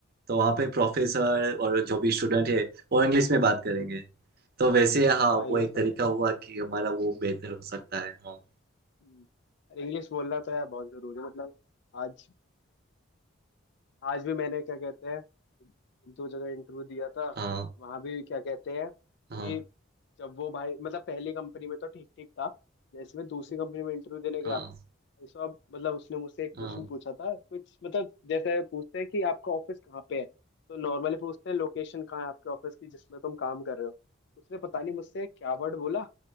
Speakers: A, on the right; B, on the left.
A: तो वहाँ पे प्रोफेसर और जो भी स्टूडेंट है वो इंग्लिश में बात
B: हम्म,
A: करेंगे तो वैसे हाँ
B: हाँ ये
A: वो एक
B: तो
A: तरीका
B: है
A: हुआ कि हमारा वो बेहतर हो सकता है हाँ
B: हम्म, और इंग्लिश बोलना तो है बहुत जरूरी है मतलब आज आज भी मैंने क्या कहते हैं एक दो जगह इंटरव्यू दिया था
A: हाँ
B: वहां भी क्या कहते हैं कि
A: हाँ
B: जब वो भाई मतलब पहली कंपनी में तो ठीक ठीक था जैसे मैं दूसरी कंपनी में इंटरव्यू देने गया
A: हाँ
B: भाई साहब मतलब उसने मुझसे एक
A: हाँ
B: क्वेश्चन पूछा था कुछ मतलब जैसे पूछते हैं कि आपका ऑफिस कहाँ पे है तो नॉर्मली पूछते हैं लोकेशन कहाँ है आपके ऑफिस की जिसमें तुम काम कर रहे हो उसने पता नहीं मुझसे क्या वर्ड बोला